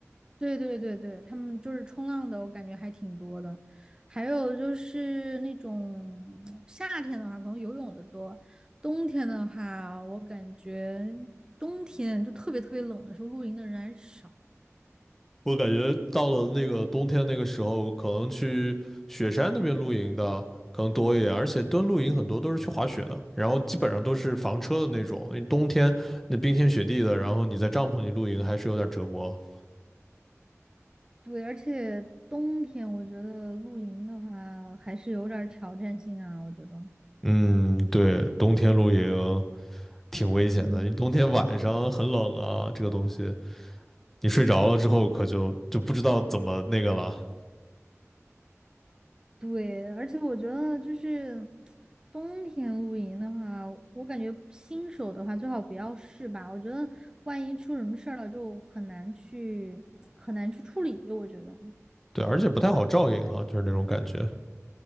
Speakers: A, on the right (about 15°); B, in the centre.
A: 对对对对，他们就是冲浪的，我感觉还挺多的。还有就是那种夏天的话，可能游泳的多，冬天的话，我感觉冬天就特别特别冷的时候，露营的人还是少。
B: 我感觉到了那个冬天那个时候，可能去雪山那边露营的可能多一点，而且蹲露营很多都是去滑雪的，然后基本上都是房车的那种。因为冬天那冰天雪地的，然后你在帐篷里露营还是有点折磨。
A: 对，而且冬天我觉得露营的话还是有点儿挑战性啊，我觉得。
B: 嗯，对，冬天露营挺危险的，
A: 嗯，
B: 你冬天晚上很冷啊，这个东西你睡着了之后可就就不知道怎么那个了。
A: 对，而且我觉得就是冬天露营的话，我感觉新手的话最好不要试吧，我觉得万一出什么事儿了就很难去很难去处理，我觉得。
B: 对，而且不太好照应哈，就是那种感觉。